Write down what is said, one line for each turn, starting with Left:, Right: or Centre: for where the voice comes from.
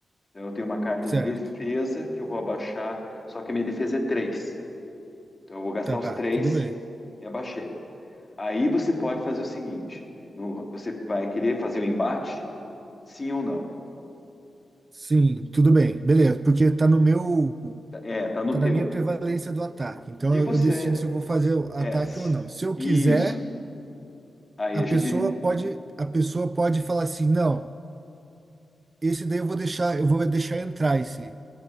Left: Então, eu tenho uma carta
Right: certo,
Left: de defesa que eu vou abaixar, só que a minha defesa é 3. Então eu vou gastar
Right: tá,
Left: os 3
Right: tudo bem.
Left: e abaixei. Aí você pode fazer o seguinte: no- você vai querer fazer um embate? Sim ou não?
Right: Sim, tudo bem. Beleza, porque tá no meu,
Left: Tá- É, tá no
Right: tá
Left: teu.
Right: na minha prevalência do ataque. Então
Left: Se
Right: eu,
Left: você
Right: eu decido se eu vou fazer o ataque
Left: é se-
Right: ou não. Se eu
Left: isso,
Right: quiser,
Left: aí
Right: a
Left: a
Right: pessoa
Left: gente,
Right: pode, a pessoa pode falar assim: "Não, esse daí eu vou deixar, eu vou deixar entrar esse